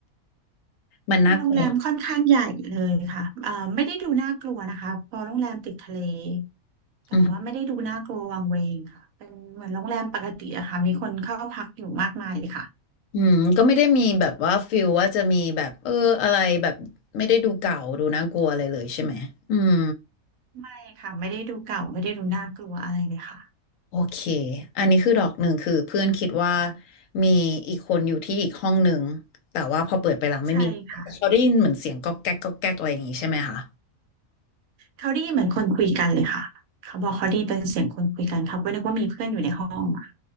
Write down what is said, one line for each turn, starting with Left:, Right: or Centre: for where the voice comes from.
Left: มันน่ากลัว
Right: มันโรงแรมค่อนข้างใหญ่เลยค่ะเอ่อไม่ได้ดูน่ากลัวนะคะพอโรงแรมติดทะเลแต่ว่าไม่ได้ดูน่ากลัววังเวงค่ะเป็นเหมือนโรงแรมปกติอะค่ะมีคนเข้าพักอยู่มากมายเลยค่ะ
Left: อืมอืมก็ไม่ได้มีแบบว่าฟิลว่าจะมีแบบเอออะไรแบบไม่ได้ดูเก่าดูน่ากลัวอะไรเลยใช่ไหมอืม
Right: ไม่ค่ะไม่ได้ดูเก่า ไม่ได้ดูน่ากลัวอะไรเลยค่ะ
Left: โอเคอันนี้คือดอกหนึ่งคือเพื่อนคิดว่ามีอีกคนอยู่ที่อีกห้องหนึ่งแต่ว่าพอเปิดไปหลังไม่มี
Right: ใช่ค่ะ
Left: เขาได้ยินเหมือนเสียงก๊อกแก๊กก๊อกแก๊กอะไรอย่างงี้ใช่ไหมคะ
Right: เขาได้ยินเหมือนคนคุยกันเลยค่ะเขาบอกเขาได้ยินเป็นเสียงคนคุยกันเขาก็นึกว่ามีเพื่อนอยู่ในห้องอะ